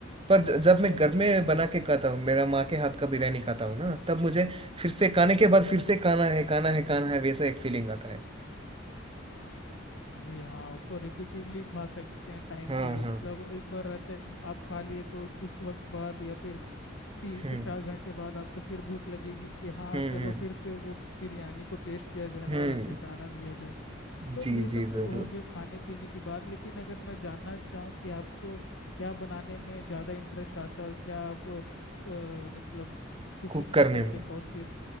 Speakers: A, on the right; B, on the left.
A: पर ज- जब मैं घर में बना के खाता हूँ मेरा माँ के हाथ का बिरयानी खाता हूँ ना तब मुझे फिर से खाने के बाद फिर से खाना है खाना है खाना है वैसा एक फीलिंग आता है
B: जी हाँ उसको रिपीटेडली खा सकते हैं टाइम
A: हाँ
B: से
A: हाँ
B: मतलब एक बार रहता है आप खा लिए तो कुछ वक्त बाद या फिर तीन से
A: हम्म
B: चार घंटे बाद आपको फिर भूख लगेगी कि हाँ
A: हम्म
B: चलो
A: हम्म
B: फिर से वो बिरयानी को टेस्ट किया जाए
A: हम्म
B: और अच्छे से आनंद लिया जाए तो
A: जी
B: ये
A: जी
B: सब तो
A: जरूर
B: हो गए खाने पीने की बात लेकिन अगर मैं जानना चाहूँ कि आपको क्या बनाने में ज़्यादा इंटरेस्ट आता है और क्या आप अ, मतलब कुकिंग
A: कुक
B: कर
A: करने
B: सकते
A: में
B: हैं कौन सी